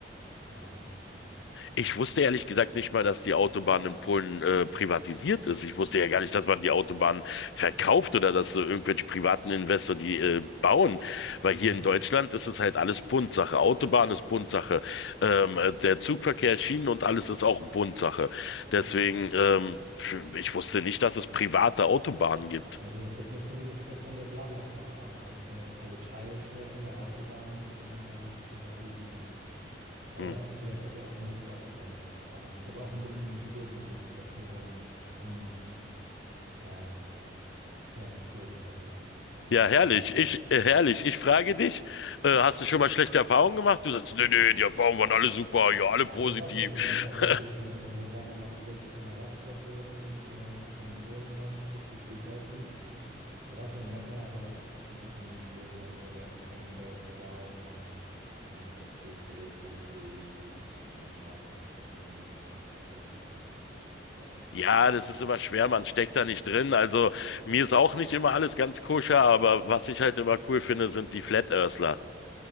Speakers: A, on the right; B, on the left.
A: Keine Ahnung.
B: Ich wusste ehrlich gesagt nicht mal, dass die Autobahn in Polen äh, privatisiert ist. Ich wusste ja gar nicht, dass man die Autobahn verkauft oder dass äh, irgendwelche privaten Investoren die äh, bauen. Weil
A: Mhm.
B: hier in Deutschland ist es halt alles Bundsache. Autobahn ist Bundsache. Ähm, äh, der Zugverkehr, Schienen und alles ist auch Bundsache. Deswegen,
A: Ja.
B: ähm, ich wusste nicht, dass es private Autobahnen gibt.
A: Also das hat mir zumindest gestern der BlaBlaCar-Fahrer erzählt. Also Teilstrecken der Autobahn sind eben da privatisiert. Aber
B: Hm.
A: vielleicht hat er auch nur Schwachsinn gearbeitet. Der war auch ein bisschen ein Schwurbler, muss ich dazu sagen. So ein, äh, ja, ein Schwurbler eben. Der so
B: Ja,
A: ein
B: herrlich. Ich, äh, herrlich. Ich frage dich, äh, hast du schon mal schlechte Erfahrungen gemacht? Du sagst, nee, nee, die Erfahrungen waren alle super, ja, alle
A: Ja,
B: positiv.
A: der war schon netter, so
B: <laughs>
A: ist es nicht. Ne? Wir waren dann auch kurz an einer Raststätte irgendwo in Polen noch, richtig gut essen. Er war schon netter, aber auch ein bisschen Schwurbler, so der an Chemtrails glaubt und an das Bill Gates irgendwie die Menschheit kontrollieren möchte oder sonst irgendwas. Weißt
B: Ja, das ist immer schwer, man steckt da nicht drin. Also mir ist auch nicht immer alles ganz koscher, aber was ich halt immer cool finde, sind die Flat Earthler.